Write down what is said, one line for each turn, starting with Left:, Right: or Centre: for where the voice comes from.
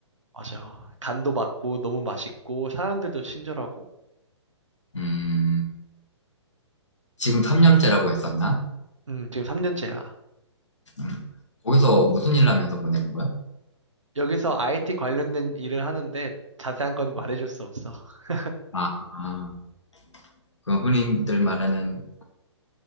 Right: 맞아. 간도 맞고 너무 맛있고 사람들도 친절하고.
Left: 음, 지금 3년째라고 했었나?
Right: 음, 지금 3년째야.
Left: 음, 거기서 무슨 일 하면서 보내는 거야?
Right: 여기서 IT 관련된 일을 하는데 자세한 건 말해줄 수 없어. <laughs>
Left: 아, 아, 그 흔히들 말하는